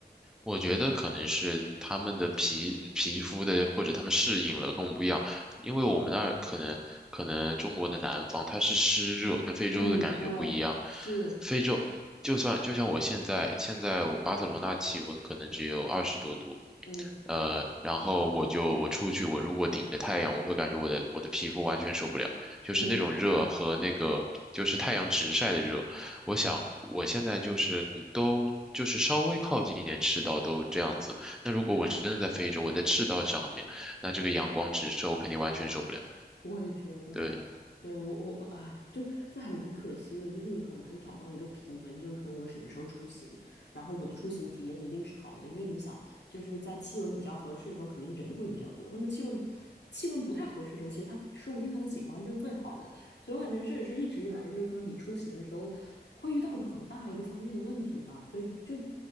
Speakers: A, in the centre; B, on the left.
A: 我觉得可能是他们的皮皮肤的，或者他们适应了跟我们不一样，因为我们那儿可能可能中国的南方它是湿热，跟非洲的感觉不一样。
B: 嗯，对，是，
A: 非洲就算就像我现在现在我巴塞罗那气温可能只有二十多度，
B: 嗯
A: 呃，然后我就我出去，我如果顶着太阳，我会感觉我的我的皮肤完全受不了，就是那种热和那个就是太阳直晒的热。
B: 嗯。
A: 我想我现在就是都就是稍微靠近一点赤道都这样子，那如果我真的在非洲，我在赤道上面，那这个阳光直射我肯定完全受不了。
B: 我也觉得，
A: 对
B: 对，我我我，哎，就这还蛮可惜的，就是你很难找到一个平衡，就是说我什么时候出行，然后我的出行体验一定是好的，因为你想，就是在气温比较合适的时候，肯定人会比较多，那么气温气温不太合适的时候，其实它说不定它的景观就是最好的，所以我感觉这也是一直以来就是说你出行的时候会遇到的很大一个方面的问题吧，对，就。